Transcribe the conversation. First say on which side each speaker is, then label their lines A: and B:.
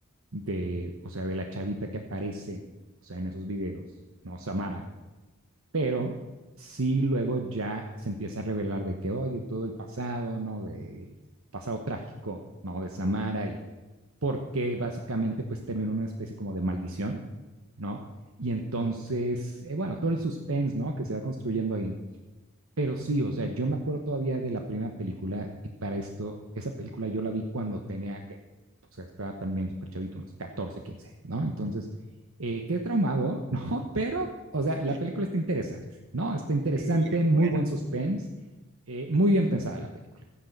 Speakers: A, on the right; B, on the right.
A: de, o sea, de la chavita que aparece, o sea, en esos videos, ¿no? Samara, pero sí luego ya se empieza a revelar de que, oye, todo el pasado, ¿no? Del pasado trágico, ¿no? De Samara y porque básicamente pues termina una especie como de maldición, ¿no? Y entonces, eh, bueno, todo el suspense, ¿no? Que se va construyendo ahí. Pero sí, o sea, yo me acuerdo todavía de la primera película y para esto, esa película yo la vi cuando tenía que, o sea, estaba también súper chavito, unos catorce quince ¿no? Entonces, eh, qué traumado, <laughs> ¿no? Pero, o sea, la
B: así.
A: película está interesante, ¿no? Está interesante,
B: Sí, es
A: muy
B: bueno.
A: buen suspense, eh, muy bien pensada la película.